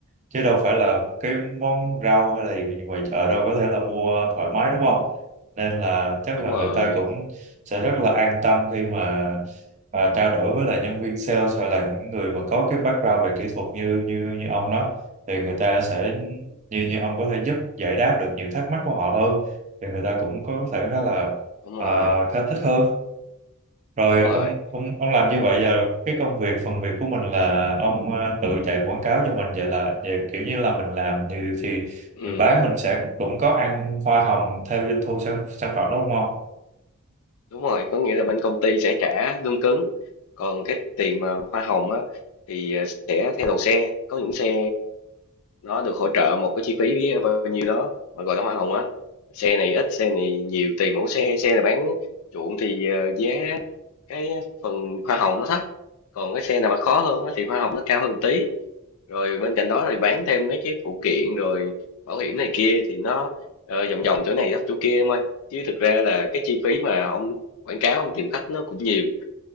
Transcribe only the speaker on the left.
đúng
rồi
đúng rồi
đúng
rồi
Ừ,
đúng rồi, có nghĩa là bên công ty sẽ trả lương cứng, còn cái tiền mà hoa hồng á thì ờ, sẽ theo đầu xe, có những xe nó được hỗ trợ một cái chi phí ờ, bao nhiêu đó mà gọi là hoa hồng á xe này ít xe này nhiều tùy mẫu xe xe này bán chuộng thì ờ, giá cái phần hoa hồng nó thấp còn cái xe nào mà khó hơn á thì hoa hồng nó cao hơn một tí rồi bên cạnh đó thì bán thêm mấy cái phụ kiện rồi bảo hiểm này kia thì nó ờ, vòng vòng chỗ này đắp chỗ kia em ơi chứ thực ra là cái chi phí mà ông quảng cáo ông tìm khách nó cũng nhiều